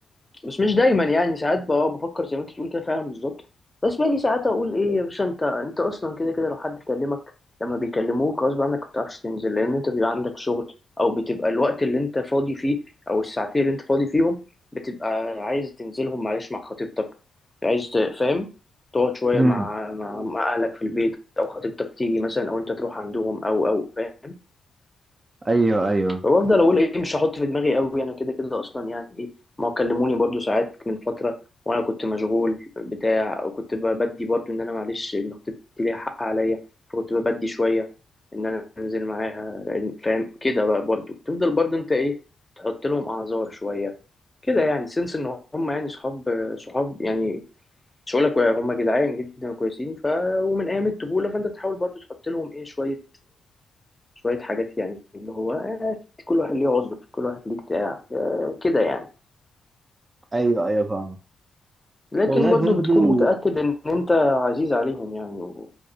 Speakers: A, on the left; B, on the right.
A: بس مش دايما يعني ساعات بقى بفكر زي ما انت بتقول كده فعلا بالظبط بس باجي ساعات اقول ايه يا باشا انت انت اصلا كده كده لو حد كلمك لما بيكلموك غصب عنك ما بتعرفش تنزل لان انت بيبقى عندك شغل او بتبقى الوقت اللي انت فاضي فيه او الساعتين اللي انت فاضي فيهم بتبقى عايز تنزلهم معلش مع خطيبتك عايز ت- فاهم تقعد شويه
B: امم
A: مع مع مع اهلك في البيت او خطيبتك تيجي مثلا او انت تروح عندهم او او فاهم
B: ايوه ايوه
A: وافضل اقول ايه مش هحط في دماغي قوي انا كده كده اصلا يعني ايه ما هو كلموني برضو ساعات من فتره وانا كنت مشغول بتاع وكنت بدي برضو ان انا معلش ان خطيبتي ليها حق عليا فكنت بدي شويه ان انا انزل معاها لأن- فاهم كده بقى برضو تفضل برضو انت ايه تحط لهم اعذار شويه كده يعني سنس ان هم يعني صحاب صحاب يعني مش هقول لك هم جدعان جدا وكويسين ف ومن ايام الطفوله فانت بتحاول برضو تحط لهم ايه شويه شوية حاجات يعني اللي هو آه، كل واحد ليه عذر كل واحد ليه بتاع آه، كده يعني
B: ايوه ايوه فاهمك
A: لكن
B: والله
A: برضو
B: برضو
A: بتكون متأكد إن أنت عزيز عليهم يعني و...